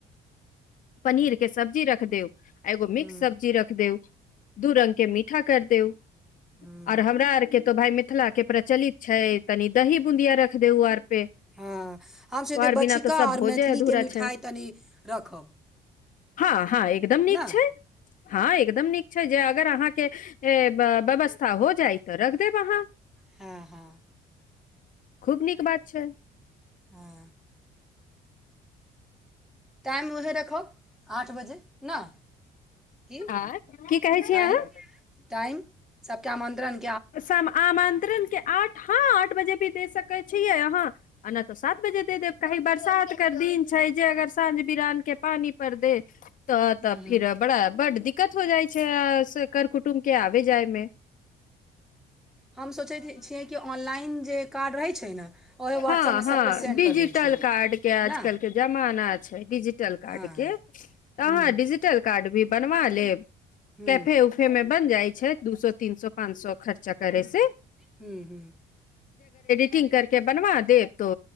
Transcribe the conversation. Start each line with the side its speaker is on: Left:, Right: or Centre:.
Left: पनीर के सब्जी रख देव एगो मिक्स
Centre: ह्म्म
Left: सब्जी रख देव दू रंग के मीठा कर देओ
Centre: ह्म्म
Left: आर हमरा आरके तो भाय मिथिला के प्रचलित छै तनी दही बूंदिया रख देउ आर पे
Centre: हँ हम सोचते
Left: आर
Centre: बच्चिका
Left: बिना तऽ सब
Centre: आओर
Left: भोजे
Centre: मैथिलीके
Left: अधूरा
Centre: मिठाइ
Left: छै
Centre: तनि रखब
Left: हाँ हाँ एकदम नीक
Centre: ने
Left: छै हाँ म नीक छै जे अगर अहाँके व्यवस्था हो जाई तऽ रख देब अहाँ
Centre: हाँ हाँ
Left: खूब नीक बात छै
Centre: हाँ टाइम उहे रखउ आठ बजे ना की
Left: आर की कहै छी
Centre: टाइम
Left: अहाँ
Centre: टाइम सबके आमन्त्रण
Left: सम आमंत्रण आठ ह आठ बजे भी दे सकै छियै अहाँना तऽ सात बजे दे देब कही बरसात कर दिन छै जे अगर साँझ बिरान के पानी पर दे तऽ
Centre: हूँ
Left: तऽ फिर बड़ा बड् दिक्क दिक्कत हो जाइ छै कर कुटुम के आबे जायमे
Centre: हम सोचैत छियै कि ऑनलाइन जे कार्ड रहै छै ने ओहे व्हाट्सएपमे
Left: हाँ हाँ
Centre: सभके सेंड
Left: डिजिटल
Centre: करि दै छियै
Left: कार्ड के आजकल
Centre: ने
Left: के जमाना छै डिजिटल कार्ड
Centre: हँ
Left: के त
Centre: हूँ
Left: अहाँ डिजिटल कार्ड भी बनवा लेब
Centre: हूँ
Left: कैफे उफे मे बन जाइ छै दू सौ तीन सौ पाँच सौ खर्चा करै से
Centre: ह्म ह्म <inaudible>
Left: फिटिंग करके बनबा देब तो